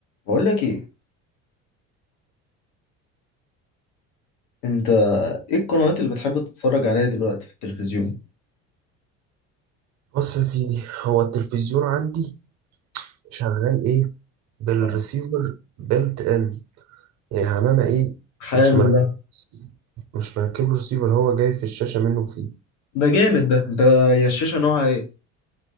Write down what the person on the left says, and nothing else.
بقول لك ايه انت ايه القنوات اللي بتحب تتفرج عليها دلوقتي في التلفزيون
اه
حلو
ده
ده جامد ده انت يا الشاشة نوعها ايه